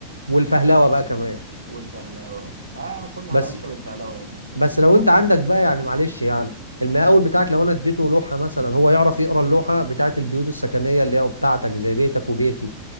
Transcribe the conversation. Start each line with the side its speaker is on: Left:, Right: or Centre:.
Left: والفهلوه بقى كمان
Right: والفهلوه اه كل حاجه
Left: بس
Right: ماشيه بالفهلوه هنا اساسا
Left: بس لو انت عندك بقى يعني معلش يعني المقاول بتاعك لو انا اديته لوحه مثلا هو يعرف يقرا اللوحه بتاعت البيوت السكنيه اللي هي بتاعتك زي بيتك وبيتي